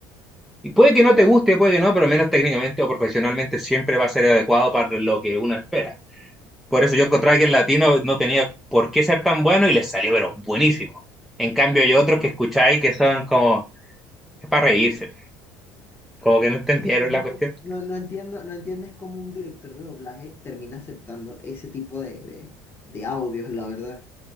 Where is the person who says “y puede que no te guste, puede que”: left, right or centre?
Centre